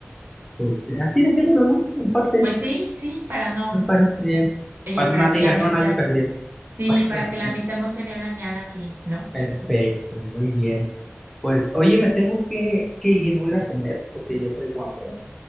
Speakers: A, in the centre; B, on the right.
A: este, así dejémoslo, ¿no? Empate,
B: Pues sí, sí, para no...
A: me parece bien.
B: Oye,
A: Para
B: para
A: nadie
B: que la
A: ganó,
B: amistad...
A: nadie perdió.
B: Sí,
A: <laughs>
B: para que la amistad no se vea dañada aquí, ¿no?
A: Perfecto, muy bien. Pues, oye, me tengo que, que ir, voy a ir a comer porque ya traigo hambre.